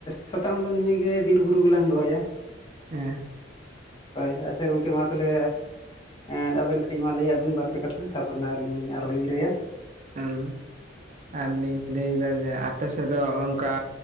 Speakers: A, on the left (about 25°); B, on the right (about 40°).
A: ᱥᱟᱛᱟᱢ ᱫᱚ ᱱᱤᱭᱟᱹᱜᱮ ᱵᱤᱨ ᱵᱩᱨᱩ ᱜᱮᱞᱟᱝ ᱫᱚᱦᱚᱭᱟ᱾
B: ᱦᱮᱸ
A: ᱦᱳᱭ ᱟᱪᱪᱷᱟ ᱜᱚᱝᱠᱮ ᱢᱟ ᱛᱟᱦᱚᱞᱮ ᱮᱸ ᱟᱵᱮᱱ ᱠᱟᱹᱴᱤᱡ ᱢᱟ ᱞᱟᱹᱭᱟᱜ ᱵᱮᱱ ᱵᱟᱨᱯᱮ ᱠᱟᱛᱷᱟ ᱛᱟᱨᱯᱚᱨᱮ ᱱᱟᱜ ᱟᱹᱞᱤᱧ ᱟᱨᱚ ᱞᱤᱧ ᱞᱟᱹᱭᱟ᱾
B: ᱦᱮᱸ ᱟᱨᱞᱤᱧ ᱞᱟᱹᱭᱫᱟ ᱡᱮ ᱟᱯ ᱟᱯᱮᱥ ᱫᱚ ᱚᱱᱠᱟ